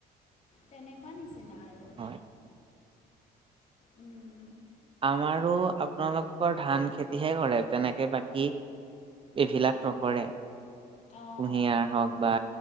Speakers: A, on the left; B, on the right.
A: তেনেকুৱা নিচিনা আৰু
B: হয়
A: উম।
B: আমাৰো আপোনালোক ধান খেতিহে কৰে তেনেকে বাকী এইবিলাক
A: উম
B: নকৰে। কুঁহিয়াৰ
A: অঁ
B: হওক বা